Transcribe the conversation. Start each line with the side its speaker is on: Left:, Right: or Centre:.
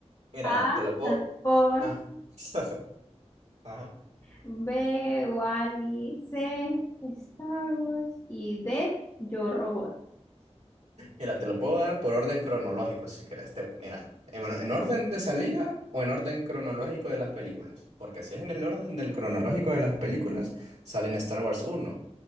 Right: mira,
Left: A,
Right: te lo puedo.
Left: transform.
Right: Ah. <laughs> Ajá.
Left: B, Wally. C, Star Wars. Y D, Yo Robot.
Right: Mira, te lo puedo dar por orden cronológico si quieres. Te- mira, en, bueno, en orden de salida o en orden cronológico de las películas. Porque si es en el orden del cronológico de las películas, sale en Star Wars uno